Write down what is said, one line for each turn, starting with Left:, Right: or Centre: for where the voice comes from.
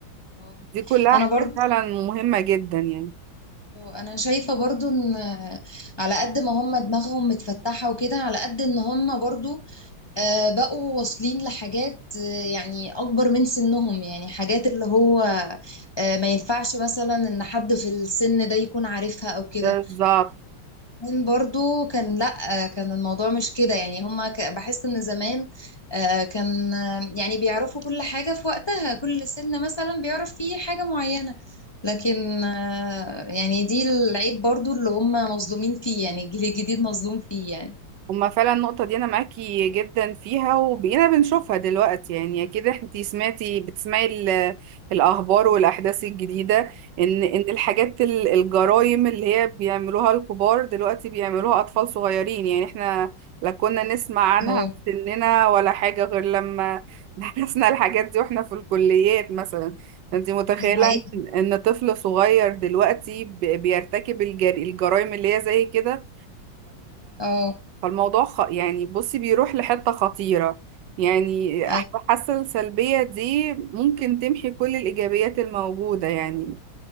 Left: آه.
Right: دي كلها
Left: انا
Right: حاجات
Left: برضو
Right: فعلا مهمه جدا يعني
Left: انا شايفة برضو ان على قد ما هم دماغهم متفتحة وكده على قد ان هم برضو آه، بقوا واصلين لحاجات آه، يعني اكبر من سنهم يعني حاجات اللي هو آه، ما ينفعش مثلا ان حد في السن ده يكون عارفها او كده
Right: بالظبط
Left: زمان برضو كان لا كان الموضوع مش كده يعني هما ك- بحس ان زمان آه، كان آه، يعني بيعرفوا كل حاجة في وقتها كل سن مثلا بيعرف فيه حاجة معينة لكن آه، يعني دي العيب برضو اللي هما مظلومين فيه يعني الجيل الجديد مظلوم فيه يعني
Right: هما فعلا النقطة دي أنا معاكي جدا فيها وبقينا بنشوفها دلوقتي يعني أكيد انتي سمعتي بتسمعي ال- الأخبار والأحداث الجديدة إن إن الحاجات ال- الجرايم اللي هي بيعملوها الكبار دلوقتي بيعملوها أطفال صغيرين يعني احنا لا كنا نسمع عنها
Left: اه
Right: في سننا ولا حاجة غير لما <laughs> درسنا الحاجات دي واحنا في الكليات مثلا انتي متخيلة
Left: دي حقيقة
Right: إن إن طفل صغير دلوقتي ب- بيرتكب الجر- الجرايم اللي هي زي كده
Left: اه
Right: فالموضوع خ... يعني بصي بيروح لحتة خطيرة يعني أح-
Left: أي-
Right: حاسة السلبية دي ممكن تمحي كل الإيجابيات الموجودة يعني